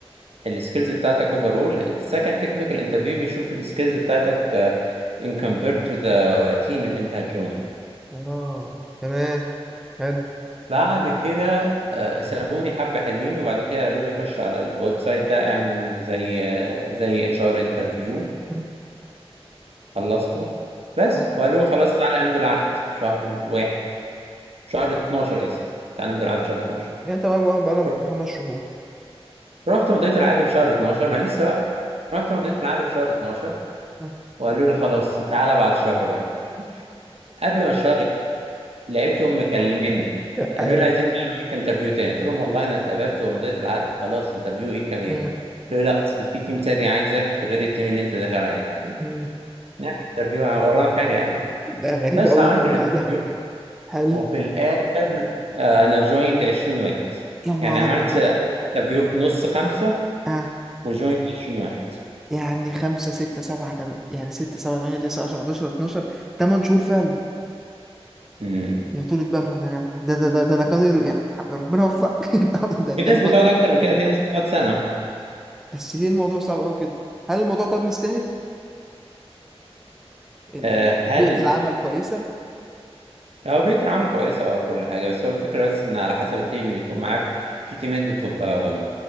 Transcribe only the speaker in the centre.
اه تمام حلو
مم.
حلو
يعني انت معاك بقى بقالهم
يجي خمس شهور
<laughs> آه.
حلو
آه.
مم.
ده غريب
أوي
الموضوع
ده حلو
يا نهار
أبيض
آه.
يعني خمسة ستة سبعة تم... يعني ستة سبعة تمانية تسعة عشرة حداشر اتناشر تمن شهور فعلا
يا طولة بالهم يا جدع ده ده ده, ده أنا كان يقول- يعني ربنا يوفقك <laughs> ده, ده
أنا بقى-
بس ليه الموضوع صعب أوي كده؟ هل الموضوع طب مستاهل؟ ال-
ال-
ال- بيئة العمل كويسة؟